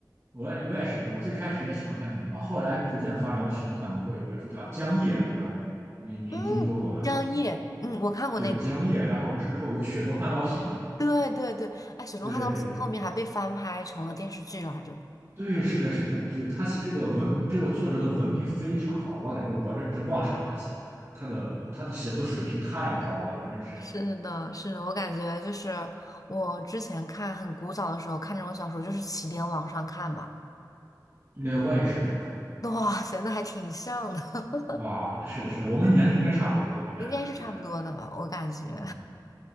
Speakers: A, on the right (about 40°); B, on the left (about 50°).
A: 我也我也是，我最开始也喜欢看这种，然后后来逐渐发展，我喜欢看，比如说有本书叫《江夜》，不知道您您听说过吗？
B: 嗯，张译，嗯，我看过那个。
A: 对，《江夜》，然后之后有《雪中悍刀行》，
B: 对对对，哎，《雪中悍刀行》后面还被翻拍成了电视剧来着。
A: 对，对，是的，是的，对，他写这个文，这个作者的文笔非常好，我感觉我真是望尘莫及，他的他的写作水平太高了，真是。
B: 是的，是的，我感觉就是我之前看很古早的时候看这种小说，就是起点网上看嘛。
A: 对，我也是的，
B: 哇塞，那还挺像的，<laughs>
A: 哇，是的，是的，我们年龄应该差不多，我感觉，
B: 应该是差不多的吧，
A: 对的，
B: 我感觉。
A: 嗯。